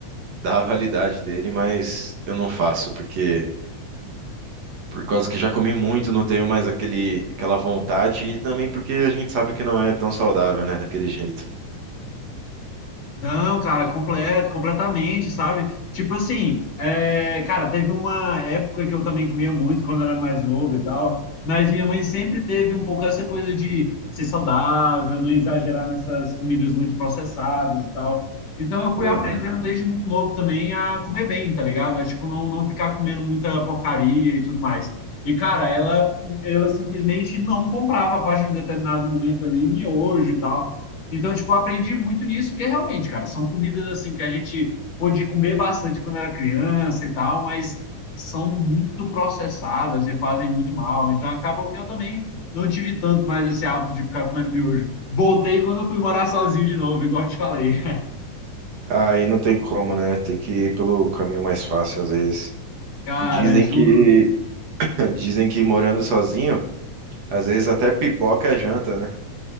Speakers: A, on the right (about 60°); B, on the left (about 60°).
A: da validade dele, mas eu não faço, porque por causa que já comi muito, não tenho mais aquele, aquela vontade, e também porque a gente sabe que não é tão saudável, né, daquele jeito.
B: Não, cara, completo, completamente, sabe? Tipo assim, é, cara, teve uma época que eu também comia muito quando era mais novo e tal, mas minha mãe sempre teve um pouco essa coisa de ser saudável, não exagerar nessas comidas muito processadas e tal. Então eu fui
A: Aham.
B: aprendendo desde muito novo também a comer bem, tá ligado? A, tipo, não, não ficar comendo muita porcaria e tudo mais. E, cara, ela, ela simplesmente não comprava a partir de um determinado momento ali, miojo e tal. Então, tipo, eu aprendi muito nisso, porque realmente, cara, são comidas assim que a gente pôde comer bastante quando era criança e tal, mas são muito processadas e fazem muito mal. Então, acabou que eu também não tive tanto mais esse hábito de ficar comendo miojo. Voltei quando eu fui morar sozinho de novo, igual eu te falei.
A: Aí não tem como, né? Tem que ir pelo caminho mais fácil, às vezes.
B: <laughs> Cara,
A: Dizem
B: juro.
A: que Dizem que morando sozinho, às vezes até pipoca é janta, né?